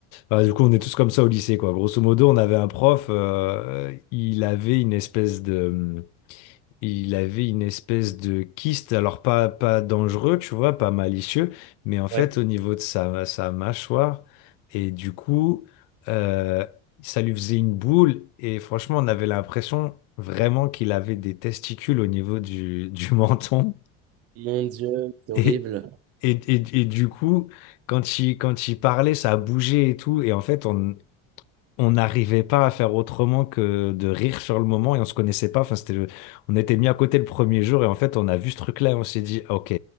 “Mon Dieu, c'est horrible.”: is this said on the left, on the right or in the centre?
Right